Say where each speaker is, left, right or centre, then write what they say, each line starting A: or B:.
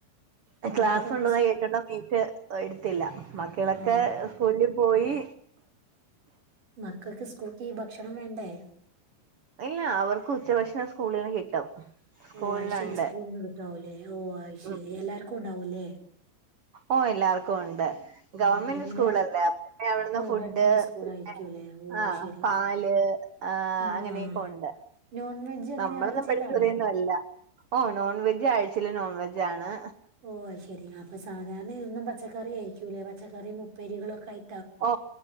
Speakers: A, on the right; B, on the right.
A: എ
B: മക്കൾക്കൊക്കെ
A: ക്ലാസുണ്ടെന്ന
B: സ്കൂ
A: കേട്ടിട്ട് മീറ്റ് എടുത്തില്ല മക്കളെക്കെ
B: ഓ
A: സ്കൂളില് പോയീ
B: മക്കക്ക് സ്കൂൾക്കീ ഭക്ഷണം വേണ്ടേ
A: ഇല്ലാ അവർക്കുച്ച ഭക്ഷണം സ്‌കൂളീന്ന് കിട്ടും സ്കൂളിലുണ്ട്
B: ഓ അയ് ശരി സ്കൂൾന്ന് കിട്ടു ആവൂലേ ഓ അയ് ശരി
A: ഉം
B: എല്ലാർക്കു ഉണ്ടാവൂലേ
A: ഓ എല്ലാവർക്കു ഒണ്ട്
B: ഉം
A: ഗവൺമെന്റ്
B: എങ്ങനെ
A: സ്കൂളല്ലേ അപ്പൊപ്പിന്നെ അവിടുന്ന്
B: ഓ
A: ഫുഡ്
B: ഗവൺമെന്റ് സ്കൂൾ
A: പിന്നെ
B: ആയിരിക്കൂല്ലേ ഓ അയ്
A: ആഹ്
B: ശരി
A: പാല് ല് ആ
B: ആഹ്
A: അങ്ങനെയെക്കൊണ്ട്
B: ആഹ് നോൺ വെജ് അങ്ങനെ
A: നമ്മളൊന്നും
B: ആഴ്ചയിലാണോ
A: പഠിച്ച പോലെയൊന്നും അല്ല ഓ നോൺ വെജ് ആഴ്ച്ചയിൽ നോൺ വെജാണ്
B: ഓ അയ് ശരി അപ്പൊ സാധാരണ എന്നും പച്ചക്കറിയായിരിക്കൂലേ പച്ചക്കറിം ഉപ്പേരികളൊക്കായി
A: ഓ,